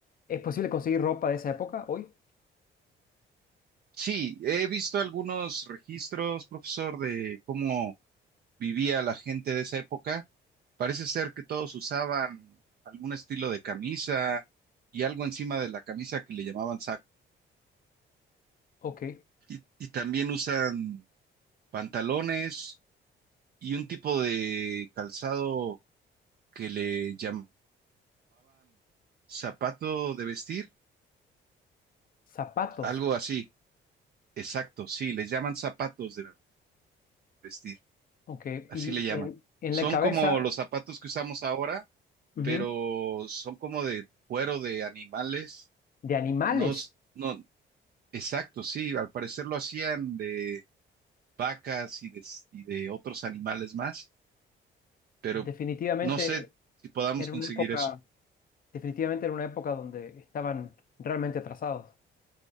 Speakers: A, on the left; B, on the right.
A: es posible conseguir ropa de esa época hoy.
B: Sí, he visto algunos registros, profesor, de cómo vivía la gente de esa época. Parece ser que todos usaban algún estilo de camisa y algo encima de la camisa que le llamaban saco.
A: Ok.
B: Y, y también usan pantalones y un tipo de calzado que le llamaban zapato de vestir,
A: Zapatos.
B: algo así. Exacto, sí, les llaman zapatos de vestir,
A: Ok.
B: así
A: Y
B: le llaman.
A: en, en
B: Son
A: la cabeza
B: como los zapatos que usamos ahora,
A: ujú,
B: pero son como de cuero de animales.
A: de animales.
B: No, s- no, exacto, sí, al parecer lo hacían de vacas y de, s- y de otros animales más. pero
A: Definitivamente
B: no sé si podamos
A: era
B: conseguir
A: una época,
B: eso.
A: definitivamente era una época donde estaban realmente atrasados.